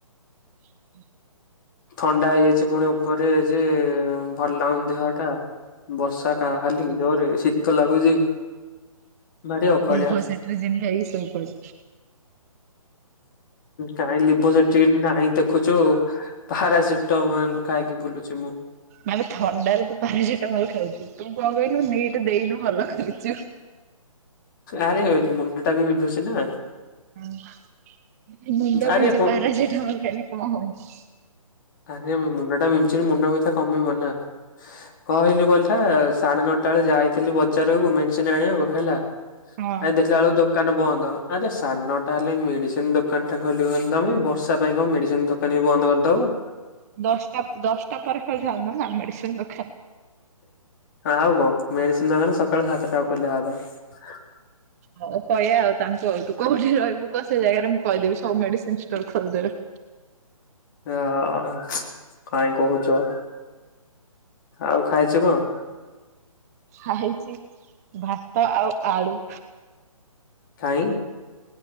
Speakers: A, on the right; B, on the left.
A: <inaudible>
B: ଥଣ୍ଡା ହେଇଯାଇଛି ପୁଣି ଉପରେ ଯେ ଭଲ ଲାଗୁନି ଦେହ ଟା। ବର୍ଷା କା ଖାଲି ଜୋରରେ ଶୀତ ଲାଗୁଛି। ଭାରି ଅକଳିଆ
A: ଲିଭୋସେଟ୍ରିଜିନ ଖାଇକି ଶୋଇପଡ।
B: କାଇଁ ଲିଭୋସେଟ୍ରିଜିନ ନାହିଁ ଦେଖୁଛୁ। ପାରାସିଟାମଲ ଖାଇକି ବୁଲୁଛି ମୁଁ।
A: ମାନେ ଥଣ୍ଡାରେ ତୁ ପାରିସିଟାମଲ ଖାଉଛୁ ତୁ କଣ କହିଲୁ ନିଇଟ ଦେଇନୁ ଭଲ କରିଛୁ।
B: ଆରେ ହେଇନି ମୁଣ୍ଡ ଟା ବି ବିନ୍ଧୁଛି ନା।
A: ଅ ମୁଣ୍ଡ
B: ଆରେ
A: ବିନ୍ଧୁଚି
B: ହଁ
A: ପାରାସିଟାମଲ ଖାଇଲେ କଣ ହବ?
B: ଆରେ ମୋ ମୁଣ୍ଡ ଟା ବିନ୍ଧୁଚିରେ ମୁଣ୍ଡ ବ୍ୟଥା କମିବ ନା? କଣ ହେଲା କଥା ସାଢେ ନଅଟା ବେଳେ ଯାଇଥିଲି ବଜାରକୁ ମେଡିସିନ ଆଣିବାକୁ ହେଲା।
A: ହଁ
B: ଭାଇ ଦେଖିଲା ବେଳକୁ ଦୋକ କାନ ବନ୍ଦ ଆରେ ସାଢେ ନଅଟା ହେଲେ ବି ମେଡିସିନ ଦୋକାନ ଟା ଖୋଲିବନି ତମେ ବର୍ଷା ପାଇଁ କଣ ମେଡିସିନ ଦୋକ କାନ ବି ବନ୍ଦ କରିଦବ।
A: ଦଶଟା ପ ଦଶଟା ପରେ ଖୋଲିଥାନ୍ତା ନା ମେଡିସିନ ଦୋକାନ।
B: ଆଉ କଣ ମେଡିସିନ ଦୋକାନ ସକାଳ ସାତଟାକୁ ଖୋଲିବା କଥା।
A: ହୋଉ କହିବା ଆଉ ତାଙ୍କୁ ଆଉ ତୁ କୋଉଠି ରହିବୁ କହ ସେ ଜାଗାରେ ମୁଁ କହିଦେବି ସବୁ ମେଡିସିନ ଷ୍ଟୋର ଖୋଲିଦେବେ।
B: ହ କାଇଁ କହୁଛ। ଆଉ ଖାଇଛୁ କଣ?
A: ଖାଇଛି ଭାତ ଆଉ ଆଳୁ।
B: କାଇଁ?